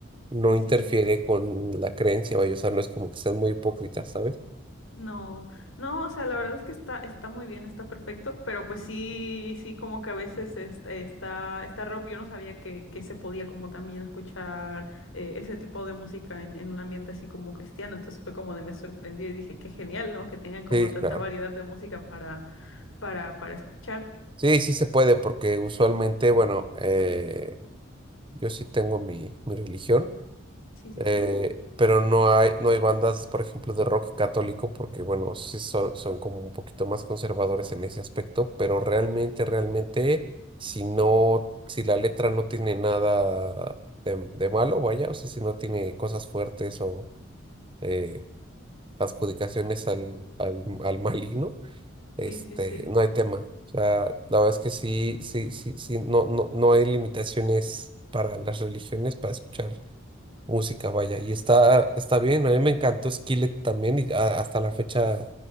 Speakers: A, on the right; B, on the left.
A: no
B: Sí, sí,
A: interfiere
B: sí.
A: con la creencia, vaya, o sea, no es como que sean muy hipócritas, ¿sabes?
B: No, no, o sea, la verdad es que está, está muy bien, está perfecto, pero pues sí, sí, como que a veces este, está, está rock, yo no sabía que, que se podía como también escuchar eh, ese tipo de música en, en un ambiente así como cristiano, entonces fue como de me sorprendió y dije, qué genial, ¿no? Que tengan como
A: Sí,
B: tanta
A: claro.
B: variedad de música para, para escuchar.
A: Sí, sí se puede, porque usualmente, bueno, eh, yo sí tengo mi, mi religión,
B: Sí, sí,
A: eh,
B: sí.
A: pero no hay, no hay bandas, por ejemplo, de rock católico, porque bueno, sí son, son como un poquito más conservadores en ese aspecto, pero realmente, realmente, si no, si la letra no tiene nada de, de malo, vaya, o sea, si no tiene cosas fuertes o eh, adjudicaciones al, al, al <laughs> maligno, este,
B: Sí, sí, sí.
A: no hay tema. O sea, la verdad es que sí, sí, sí, sí, no, no, no hay limitaciones para las religiones para escuchar música, vaya. Y está, está bien, a mí me encantó Skillet también y a- hasta la fecha